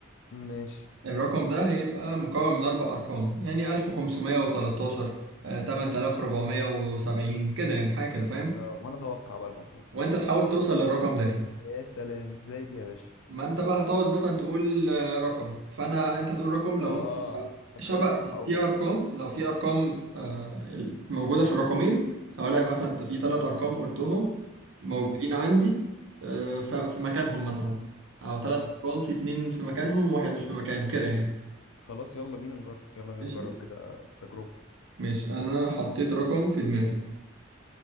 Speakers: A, on the left; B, on the right.
A: ماشي
B: الرقم ده هيبقى مكون من اربع ارقام يعني 1513 آه 8470 كده يعني حاجه كده فاهم
A: آه، وأنا أتوقع بقى المفروض
B: وانت تحاول توصل للرقم ده يعني.
A: يا سلام إزاي دي يا باشا
B: ما انت بقى هتقعد مثلا تقول آه، رقم فانا انت هتقول رقم لو
A: آه
B: انت
A: فأنت
B: شبه
A: تقول لي صح أو
B: في ارقام
A: غلط
B: لو في ارقام آه، موجوده في الرقمين هقول لك مثلا
A: مم.
B: انت في ثلاث ارقام قلتهم موجودين
A: مم.
B: عندي آه، ف- في مكانهم مثلا او
A: تمام
B: ثلاث ارقام في اتنين في مكانهم وواحد مش في مكانه كده يعني
A: خلاص يلا بينا نجرب يلا بينا
B: ماشي
A: نجرب كده تجربة
B: ماشي انا حطيت رقم في دماغي